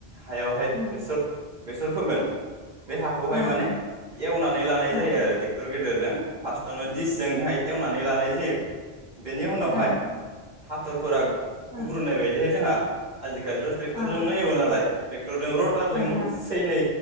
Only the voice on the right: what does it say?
हायावहाय
बेसर बेसर फोगोन बे हाखौहाय
माने एवनानै लानाय जायो
आरो ट्रेक्टर गेदेर फोरजों फारस्ट आवनो दिस जों हाय एवनानै लानाय जायो। बेनि उनावहाय
हाथरफोरा गुब्रुनाय
बायदिहाय जोंहा आजि खालिथ' ट्रेक्टरजोंनो
एवो नालाय। ट्रेथरजों र'टारजों
सै नै